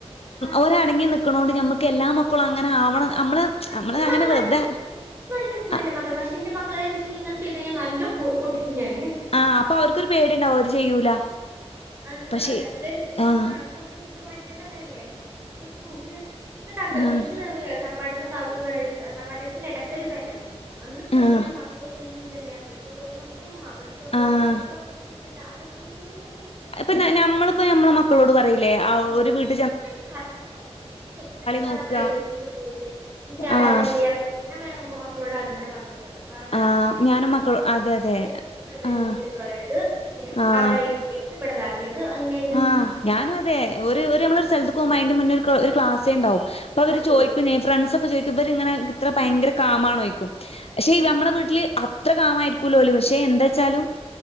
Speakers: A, on the right (about 20°); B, on the left (about 65°).
A: ആഹ്
B: ഒരടങ്ങി നി നിക്ക്ണ്ടോണ്ട് നമുക്ക് എല്ലാ മക്കളും അങ്ങനെ ആവണം നമ്മള്
A: ആ
B: നമ്മള്
A: ഇന്റെ
B: അങ്ങനെ
A: മക്കള്
B: വെറുതെ
A: അടങ്ങി നിക്കില്ലേ പ്പടങ്ങി നിക്കുലാന്റെ
B: ആഹ്
A: മക്കൾ പക്ഷെ എന്റെ മക്കള് <unintelligible> ഇങ്ങനെ ചെയ്ത് കഴിഞ്ഞാൽ നല്ല പൊട്ടിക്കും ഞാന് അഹ്
B: ആഹ് അപ്പൊ അവർക്കൊരു പേടിണ്ടാവും അവര് ചെയ്യൂല
A: ൻ്റെ
B: പക്ഷെ
A: തല അ
B: ആഹ്
A: ഇത് മറ്റേതങ്ങനല്ലേ പൂക്ക് ഇന്നട്ടഅസറ്റിൻസ്
B: ആഹ്
A: തറവാട്ടിന്ന് <unintelligible> തറവാട്ടകന് എടക്കൊരു വരവ് വന്ന് കഴിഞ്ഞാൽ
B: ആഹ്
A: മക്കള എന്തെങ്കിലും തന്നെ ഫ്രിഡ്ജ് തൊറന്ന്ട്ടും അവിടെ തൊറന്ന്ട്ടും
B: ആഹ്
A: ഇവിടെ തൊറന്നട്ടും ങ്ങട്ട് ആകെ കൂടെ
B: ഇപ്പ ഞമ്മളിപ്പോ നമ്മെ മക്കളോട് പറയില്ലേ ആ ഒരു വീട്
A: <unintelligible>
B: നോക്കുക
A: പ്രൈവസിൽ പോയിട്ട് നിക്ക് <unintelligible>
B: ആഹ്
A: ഞാൻ മക്കളോട് ആദ്യതന്നെ പറഞ്ഞ് കൊടുക്കതാണ് വേറൊരാളെ
B: ആഹ്
A: വീട്ട്
B: ഞാനും മക്കളോ
A: ഫ്രിഡ്ജ്
B: അതെ
A: തൊറക്കരുത്
B: അതെ
A: <unintelligible> ബെഡ്റൂമിൽ
B: ആഹ്
A: കേറരുത് പിന്നെ
B: ആഹ്
A: അവിടെ ഇരിക്കരുത് ഇവിടെ രുത് അഹ്ന് ന്നെ
B: ആഹ് ഞാനും അതെ ഒരു ഒരു മ്മളെസ്ഥല തെ ക്കും അതിന്റെ മുന്ന ഒരു ക്ലാസേ ണ്ടാവും അപ്പോ
A: ഞാൻ
B: അവര്
A: എടുത്ത്
B: ചോയിക്കും.
A: കൊടുക്കും
B: ഫ്രണ്ടസ് ഒക്കെ ചോദിക്കും ഇവര് ഇങ്ങനെ ഇത്ര ഭയങ്കര കാമാണോചോദിക്കും പക്ഷെ
A: ഉം
B: നമ്മെളെ വീട്ടില്. ത്ര കാമായിരിക്കൂല്ലോൽ പക്ഷെ എന്താ വെച്ചാലും
A: ആഹ്